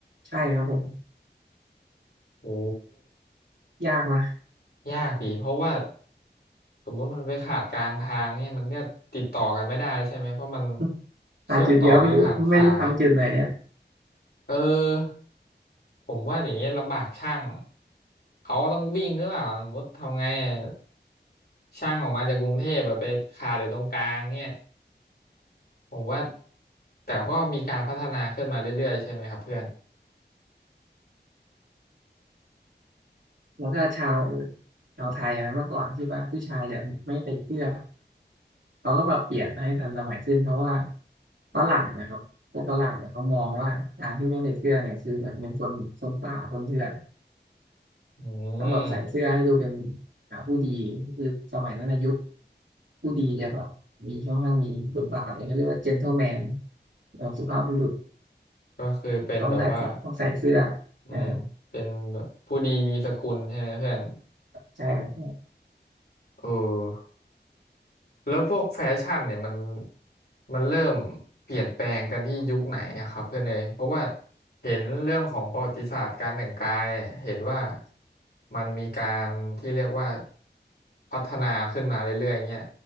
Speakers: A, on the right; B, on the left.
A: ใช่ครับผม
B: โอ้
A: ยากนะ
B: ยากอีกเพราะว่าสมมติมันไปขาดกลางทางเนี่ยมันก็ติดต่อกันไม่ได้ใช่ไหม เพราะมัน
A: <laughs>
B: เชื่อมต่อกันผ่านสาย
A: หาจุดเดียวไม่รู้ไม่รู้พังจุดไหนอะ
B: เออผมว่าอย่างเงี้ยลำบากช่างเขาก็ต้องวิ่งหรือเปล่าสมมติทำไงอะช่างออกมาจากกรุงเทพแบบไปขาดอยู่ตรงกลางเนี่ยผมว่าแต่ก็มีการพัฒนาขึ้นมาเรื่อยๆใช่ไหมครับเพื่อน
A: แล้วก็ชาวชาวไทยอะเมื่อก่อนที่ว่าผู้ชายจะไม่ใส่เสื้อเขาก็แบบเปลี่ยนให้ทันสมัยขึ้นเพราะว่าฝรั่งนะครับพวกฝรั่งเนี่ยเขามองว่าการที่ไม่ใส่เสื้อเนี่ยคือเหมือนเป็นคนคนป่า คนเถื่อน
B: อืม
A: ต้องแบบใส่เสื้อให้ดูเป็นหาผู้ดีคือสมัยนั้นนะยุคผู้ดีจะแบบมีค่อนข้างมีบทบาทเลยเขาเรียกว่าเจน t l e m แมนแบบสุภาพบุรุษ
B: ก็คือเป็นแบบว่า
A: ต้องใส่ต้องใส่เสื้อ
B: อืมเป็นแบบผู้ดีมีสกุลใช่ไหมเพื่อน
A: อ่าใช่ครับ
B: เออ แล้วพวกแฟชั่นเนี่ยมันมันเริ่มเปลี่ยนแปลงกันที่ยุคไหนอะครับเพื่อนเนยเพราะว่าเห็นเรื่องของประวัติศาสตร์การแต่งกายเนี่ยเห็นว่ามันมีการที่เรียกว่าพัฒนาขึ้นมาเรื่อยๆเงี้ย